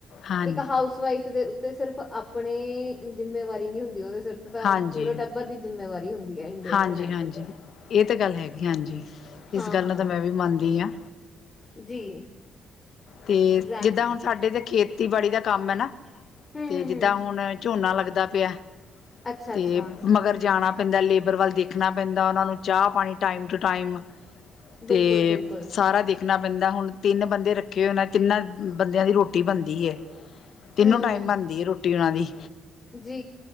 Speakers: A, on the left; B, on the left.
A: ਹਾਂਜੀ
B: ਇੱਕ ਹਾਊਸਵਾਈਫ਼ ਦੇ ਉੱਤੇ ਸਿਰਫ਼ ਆਪਣੀ ਜ਼ਿੰਮੇਵਾਰੀ ਨਹੀਂ ਹੁੰਦੀਆਂ, ਉਹਦੇ ਸਿਰ ਉਹਦੇ ਸਿਰ ਤਾਂ
A: ਹਾਂਜੀ
B: ਪੂਰੇ ਟੱਬਰ ਦੀ ਜ਼ਿੰਮੇਵਾਰੀ ਹੁੰਦੀ ਹੈ, ਖ਼ਾਸ ਕਰਕੇ ਇੰਡੀਅਨ
A: ਹਾਂਜੀ
B: ਸਨੇਰੀਓ
A: ਹਾਂਜੀ
B: ਤੇ
A: ਇਹ ਤਾਂ ਗੱਲ ਹੈਗੀ ਹਾਂ ਜੀ, ਇਸ
B: ਹਾਂ
A: ਗੱਲ
B: ਹਾਂ
A: ਨਾਲ ਤਾਂ ਮੈਂ ਵੀ ਮਨਦੀ ਹਾਂ।
B: ਜੀ
A: ਤੇ
B: ਐਗਜ਼ੈਕਟਲੀ
A: ਜਿੱਦਾਂ ਹੁਣ ਸਾਡੇ ਇਥੇ ਖੇਤੀਬਾੜੀ
B: ਤੇ
A: ਦਾ ਕੰਮ ਹੈ ਨਾ,
B: ਨਾ। ਹੂੰ
A: ਤੇ
B: ਹੂੰ
A: ਜਿਦਾ
B: ਹੂੰ
A: ਹੁਣ ਝੋਨਾ ਲੱਗਦਾ ਪਿਆ
B: ਅੱਛਾ
A: ਤੇ
B: ਅੱਛਾ
A: ਮਗਰ ਜਾਣਾ ਪੈਂਦਾ ਲੇਬਰ ਵੱਲ ਦੇਖ ਦੇਖਣਾ ਪੈਂਦਾ, ਉਹਨਾਂ ਨੂੰ ਚਾਹ-ਪਾਣੀ ਟਾਈਮ ਟੂ ਟਾਈਮ ਤੇ
B: ਬਿਲਕੁਲ ਬਿਲਕੁਲ
A: ਸਾਰਾ ਦੇਖ ਰੱਖਣੇ ਪੈਂਦੇ। ਹੁਣ ਤਿੰਨ ਬੰਦੇ ਰੱਖੇ ਹੋਏ ਨੇ, ਤਾਂ ਉਹਨਾਂ ਤਿੰਨਾਂ ਬੰਦਿਆਂ ਦੀ ਰੋਟੀ ਬਣਦੀ ਏ ਤਿੰਨੋ
B: ਹੂੰ
A: ਟਾਈਮ ਬਣਦੀ ਏ ਰੋਟੀ ਉਹਨਾਂ ਦੀ
B: ਜੀ